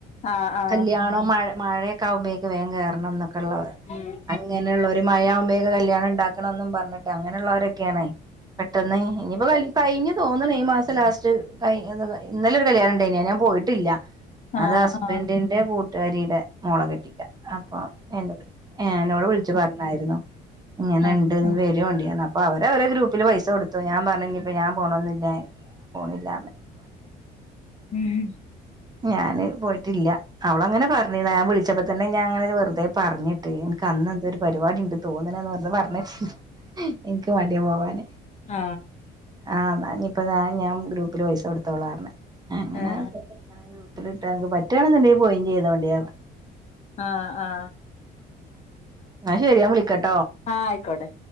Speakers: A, on the left; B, on the right.
A: ആ ആ ആ
B: കല്യാണം മഴ മഴക്കാവുബോയേക് വേ കേറണം <unintelligible> എന്നൊക്കെള്ളത്
A: ഉം ഉം
B: അങ്ങനെയുള്ള ഒരു മഴമ്പോയേക്ക്‌ കല്യാണം ഉണ്ടാക്കണന്നും പറഞ്ഞിട്ട് അങ്ങനെയുള്ളവരൊക്കെയാണ് പെട്ടെന്ന് ഇനിപ്പോ കഴിഞ്ഞു തോന്നണ് ഈ മാസം ലാസ്റ്റ് അയ് ഇന്നലെ ഒരു കല്യാണണ്ടായിനി അത് ഞാൻ പോയിട്ടില്ല
A: ആ
B: അത് ഹസ്ബന്റിന്റെ
A: ആ
B: കൂ കൂട്ടുകാരിയുടെ മോളെകെട്ടിക്കാ അപ വേണ്ടത് ഏ അന്നോട് വിളിച്ചു പറഞ്ഞായിരുന്നോ എങ്ങനെണ്ട്
A: ആ
B: <unintelligible> അവര് അവരെ ഗ്രൂപ്പിൽ പൈസ കൊടുത്തു ഞാൻ പറഞ് ഞാൻ പോണോന്നുല്ല പോണില്ല
A: ആ
B: ഞാന് പോയിട്ടില്ല അവലങ്ങനെ പറഞ്ഞിനി ഞാൻ വിളിച്ചപ്പോ തന്നെ ഞാൻ അങ്ങനെ വെറുതെ പറഞ്ഞി തേനിക്ക് അന്ന് എന്തോ ഒരു പരിപാടി തോന്ന്ണ് വേർതെ പറഞ്ഞ എനിക്ക് മഡിയാ പോകാൻ
A: ആ
B: ആ ഇന്നാ ഞാൻ ഞാൻ ഗ്രൂപ്പില് പൈസ കൊടുത്തോളാന്നറഞ്ഞ് എങ്ങനെ
A: ഏഹ്
B: <unintelligible> പറ്റുണെന്ന്ണ്ടങ്കി പോയിം ചെയ്തോണ്ടിന്
A: ആ ആ
B: ഇന്നാ ശരി ഞാവിളിക്ക
A: ആ ആയിക്കോട്ടെ